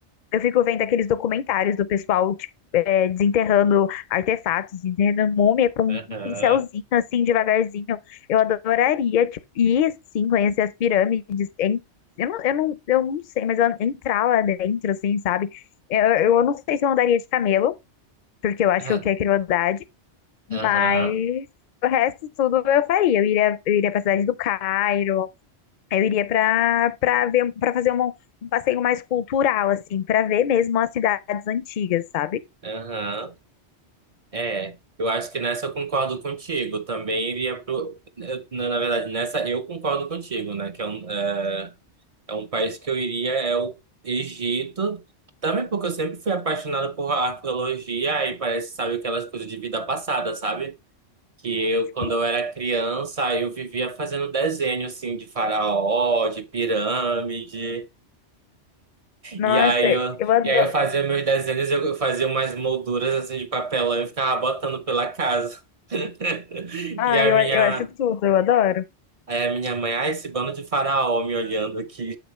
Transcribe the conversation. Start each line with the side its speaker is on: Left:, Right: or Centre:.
Left: Eu fico vendo aqueles documentários do pessoal, tipo, é, desenterrando artefatos, desenterrando múmia com um
Right: Aham.
Left: pincelzinho, assim, devagarzinho. Eu adoraria, tipo, ir, sim, conhecer as pirâmides. en- Eu não, eu não, eu não sei, mas eu- entrar lá dentro, assim, sabe? Eu, eu não sei se eu andaria de camelo, porque eu acho
Right: Ah,
Left: que é crueldade, mas
Right: Aham.
Left: o resto tudo eu faria. Eu iria, eu iria pra cidade do Cairo, Aí Eu iria para para ver para fazer uma- um passeio mais cultural assim, para ver mesmo as cidades antigas, sabe?
Right: Aham. É. Eu acho que nessa eu concordo contigo. Também iria pro. eu- Na na verdade, nessa eu concordo contigo, né? Que é um, é é um país que eu iria, é o Egito. Também porque eu sempre fui apaixonado por arqueologia e parece, sabe, aquelas coisas de vida passada, sabe? Que eu,
Left: Sim.
Right: quando eu era criança, eu vivia fazendo desenho, assim, de faraó, de pirâmide.
Left: Nossa,
Right: E aí eu,
Left: eu adoro.
Right: e aí eu fazia meus desenhos, eu fazia umas molduras assim de papelão e ficava botando pela casa. <laughs>
Left: Ah,
Right: E a
Left: eu,
Right: minha,
Left: eu acho tudo, eu adoro.
Right: aí a minha mãe, ah, esse bando de faraó me olhando aqui.